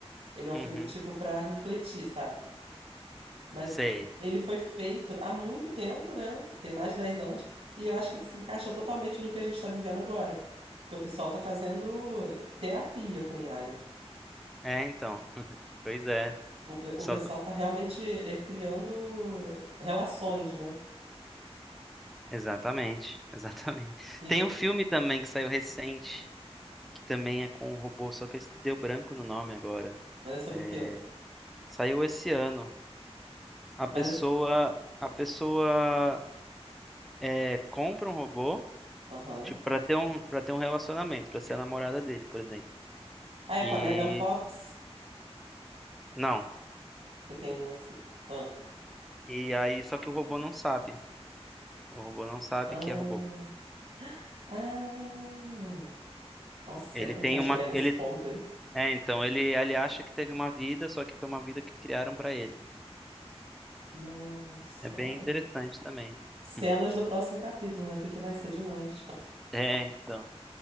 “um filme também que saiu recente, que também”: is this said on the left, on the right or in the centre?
Centre